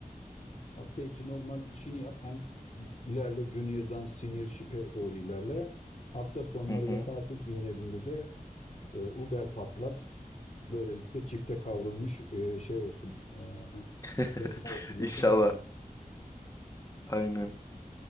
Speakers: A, on the left; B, on the left.
A: Hafta içi normal işini yap. Hem i- ilerle junior'dan senior ship'e doğru ilerle. Hafta sonları
B: Hı hı.
A: ve tatil günlerinde de e, Uber patlat. Böylece çifte kavrulmuş e, şey olsun. E,
B: <laughs>
A: lokum, ol- lokum
B: İnşallah.
A: olsun.
B: Aynen.